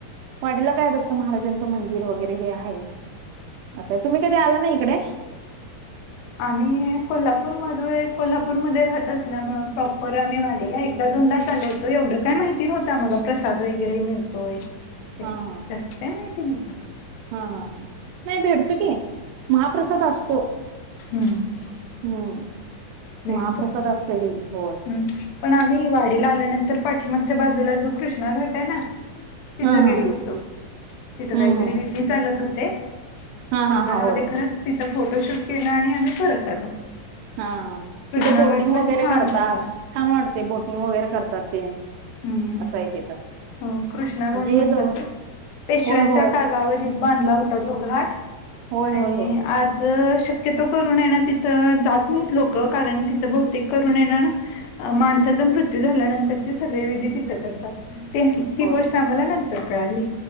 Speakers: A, on the right (about 85°); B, on the left (about 85°).
A: वाडीला काय दत्त महाराजांचं मंदिर वगैरे हे आहे. असं तुम्ही कधी आला ना इकडे.
B: आम्ही कोल्हापूर मधून कोल्हापूरमध्ये राहत असल्यामुळे प्रॉपर आम्ही वाडीला एक एकदा दोनदाच आलो होतो. एवढं काय माहिती नव्हतं आम्हाला प्रसाद वगैरे मिळतोय. ते
A: हा हा
B: जास्त काय माहिती नव्हतं.
A: हा ह ह नाही भेडतो की. महाप्रसाद असतो.
B: हम्म.
A: हम्म
B: भेटतोय
A: महाप्रसाद असतोय डेली होय.
B: हम्म पण आम्ही वाडीला आल्यानंतर पाठीमागच्या बाजूला जो कृष्णा घाट आहे ना तिथं
A: हा हा
B: गेलो होतो तिथं
A: हम्म
B: काहीतरी
A: हम्म
B: विधी चालत होते.
A: हा
B: म्हटलं
A: हा हा
B: राहू
A: होय
B: दे ते खरं तिथं फोटोशूट केलं आणि आम्ही परत आलो.
A: हा
B: कृष्णा
A: तिथं बोटिंग
B: घाट पण
A: वगैरे
B: छान
A: करतात
B: वाटला
A: छान वाटते बोटिंग वगैरे करतात ते.
B: हम्म
A: अस आहे तिथं.
B: हो कृष्णा घाट
A: म्हणजे
B: म्हणतात
A: हे जवळ
B: ते पेशव्यांच्या
A: होय होय
B: कालावधीत बांधला होता तो घाट
A: होय होय
B: आणि
A: होय
B: आज. शक्यतो करून आहे ना तिथं जात नाहीत लोक कारण तिथं बहतेक करून ये ना ना. अ माणसाचा मृत्यू झाल्यानंतरची सगळे विधी तिथं करतात. ते ती
A: होय
B: गोष्ट आम्हाला नंतर कळाली.